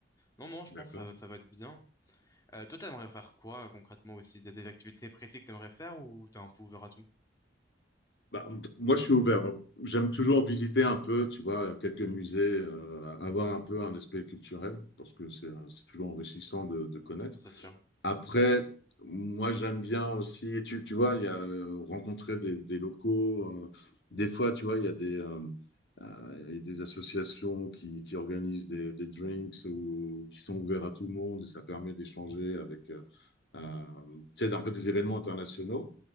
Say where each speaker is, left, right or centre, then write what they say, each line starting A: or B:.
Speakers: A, on the left; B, on the left.
A: Non, non, je
B: D'accord.
A: pense que ça, va- ça va être bien. Euh, toi, t'aimerais faire quoi, euh, concrètement, aussi? T'as des activités précises que t'aimerais faire ou t'es un peu ouvert à tout?
B: Bah, moi, je suis ouvert. J'aime toujours visiter un peu, tu vois, quelques musées, euh, avoir un peu un aspect culturel, parce que c'est euh, c'est toujours enrichissant de, de connaître.
A: C'est sûr.
B: Après, moi, j'aime bien aussi, tu, tu vois, il y a euh, rencontrer des, des locaux. euh, des fois, tu vois, il y a des, euh, euh, il y a des associations qui, qui organisent des, des drinks ou qui sont ouverts à tout le monde, et ça permet d'échanger avec, euh, euh, tu sais, un peu des événements internationaux.